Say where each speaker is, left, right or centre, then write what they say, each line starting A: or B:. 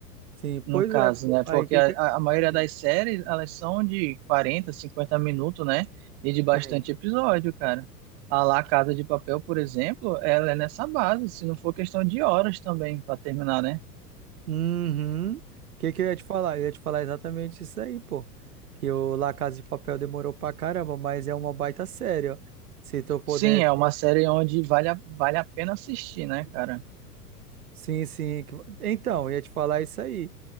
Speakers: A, on the right; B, on the right.
A: sim.
B: no
A: Pois
B: caso,
A: é, pô.
B: né? Porque
A: aí que
B: a,
A: que...
B: a a maioria
A: Hum.
B: das séries, elas são de 40 50 minutos, né? E de bastante
A: Sim.
B: episódio, cara. A lá Casa de Papel, por exemplo, ela é nessa base, se não for questão de horas também para terminar, né?
A: Uhum. O que que eu ia te falar? Eu ia te falar exatamente isso aí, pô. Que o La Casa de Papel demorou pra caramba, mas é uma baita série, ó. Se tu pudesse...
B: Sim, é uma série onde vale a, vale a pena assistir, né, cara?
A: Sim, sim. que- Então, eu ia te falar isso aí.